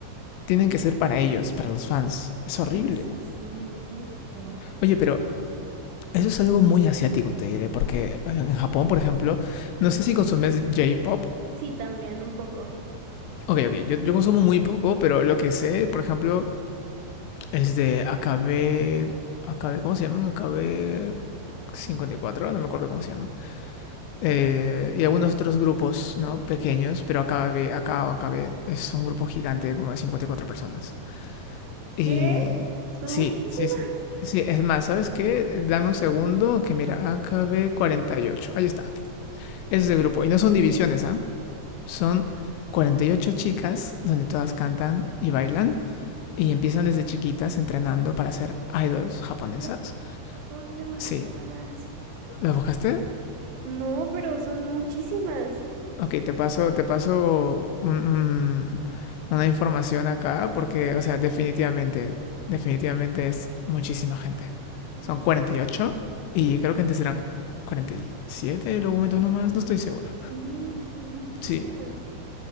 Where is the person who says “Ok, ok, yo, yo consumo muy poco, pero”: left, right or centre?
Left